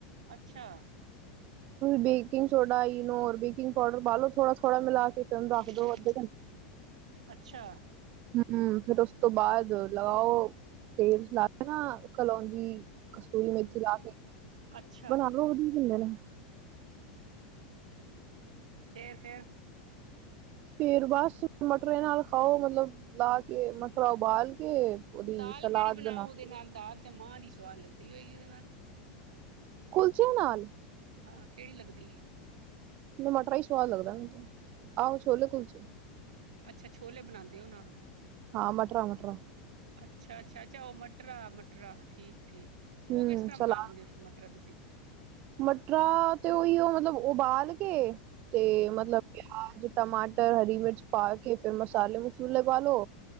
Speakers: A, on the right; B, on the right.
A: ਅੱਛਾ।
B: ਬੇਕਿੰਗ ਸੋਡਾ, ਈਨੋ, ਹੋਰ ਬੇਕਿੰਗ ਪਾਊਡਰ ਪਾਲੋ ਥੋੜਾ ਥੋੜਾ ਮਿਲਾ ਕੇ ਉਹਨੂੰ ਰੱਖ ਦੋ
A: ਹੂ
B: ਅੱਧੇ
A: ਅੱਛਾ।
B: ਹੂ ਫਿਰ ਉਸ ਤੋਂ ਬਾਅਦ ਲਾਯੋ। ਤੇਲ ਚ ਲਾ ਕੇ ਨਾ ਕਲੋਂਜੀ, ਕਸੂਰੀ
A: ਹੂੰ
B: ਮੇਥੀ ਲਾ ਕੇ
A: ਅੱਛਾ
B: ਬਣਾ ਲੋ ਵਧੀਆ ਬਣਦੇ ਨੇ।
A: ਫੇਰ, ਫੇਰ
B: ਫੇਰ ਬਸ ਮਟਰ ਨਾਲ ਖਾਓ, ਮਤਲਬ ਲਾ ਕੇ ਮਟਰ ਉਬਾਲ ਕੇ ਉਹਦੀ
A: ਦਾਲ
B: ਸਲਾਦ
A: ਕਿਹੜੀ ਬਣਾਓ
B: ਬਣਾ ਕੇ
A: ਉਹਦੇ ਨਾਲ ਦਾਲ ਮਾਂ ਦੀ ਸਵਾਦ ਲਗਦੀ ਹੋਏਗੀ, ਉਹਦੇ ਨਾਲ
B: ਕੁਲਚਿਆਂ ਨਾਲ
A: ਔਰ ਕਿਹੜੀ ਲੱਗਦੀ ਏ।
B: ਮੈਨੂੰ ਮਟਰਾ ਹੀ ਸਵਾਦ ਲੱਗਦਾ, ਮੈਨੂੰ ਤੇ। ਆਹੋ ਛੋਲੇ ਕੁਲਚੇ
A: ਅੱਛਾ ਛੋਲੇ ਬਨਾੰਦੇ ਓ ਨਾਲ।
B: ਹਾਂ ਮਟਰਾਂ ਮਟਰਾਂ
A: ਅੱਛਾ, ਅੱਛਾ, ਅੱਛਾ ਉ ਮਟਰਰਾ, ਮਟਰਰਾ ਠੀਕ, ਠੀਕ <inaudible>
B: ਹਮ
A: ਕਿਸ ਤਰ੍ਹਾਂ
B: ਸਲਾਦ,
A: ਬਣਾ ਲੈਂਦੇ ਹੋ ਮਟਰਾ ਤੁਸੀਂ
B: ਮਟਰਾਅ ਤੇ ਉਹੀ ਉ ਮਤਲਬ ਉਬਾਲ ਕੇ ਕਿ ਤੇ
A: ਹਮ
B: ਮਤਲਬ ਪਿਆਜ ਟਮਾਟਰ ਟਮਾਟਰ ਤੇ ਹਰੀ ਮਿਰਚ ਪਾ ਕੇ, ਫਿਰ ਮਸਾਲੇ -ਮਸੂਲੇ ਪਾ ਲੋ।